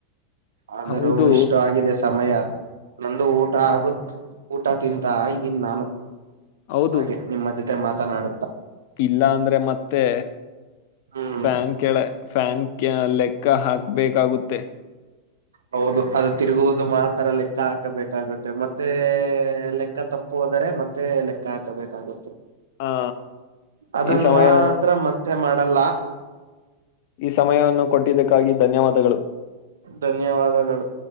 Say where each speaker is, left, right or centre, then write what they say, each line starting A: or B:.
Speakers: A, on the right; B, on the left.
A: ಆದರೂ
B: ಹೌದು
A: ಇಷ್ಟು ಆಗಿದೆ ಸಮಯ. ನಂದು ಊಟ ಆಗತ್ ಊಟ ತಿಂತ ಇದೀನಿ ನಾನು.
B: ಹೌದು
A: ಹಾಗೆ ನಿಮ್ಮ ಜೊತೆ ಮಾತನಾಡುತ್ತ.
B: ಇಲ್ಲ ಅಂದ್ರೆ ಮತ್ತೆ
A: ಹ್ಮ್
B: ಫ್ಯಾನ್ ಕೆಳ ಫ್ಯಾನ್. ಲೆಕ್ಕ ಹಾಕ್ಬೇಕಾಗುತ್ತೆ.
A: ಹೌದು ಅದು ತಿರುಗುವುದು ಮಾತ್ರ ಲೆಕ್ಕ ಹಾಕಬೇಕಾಗುತ್ತೆ ಮತ್ತೆ ಲೆಕ್ಕ. ತಪ್ಪು ಹೋದರೆ ಮತ್ತೆ ಲೆಕ್ಕ ಹಾಕಬೇಕಾಗುತ್ತೆ.
B: ಆ
A: ಅದನ್
B: ಈ ಸಮಯ
A: ಮಾತ್ರ ಮತ್ತೆ ಮಾಡಲ್ಲ.
B: ಈ ಸಮಯವನ್ನು ಕೊಟ್ಟಿದ್ದಕ್ಕಾಗಿ ಧನ್ಯವಾದಗಳು.
A: ಧನ್ಯವಾದಗಳು.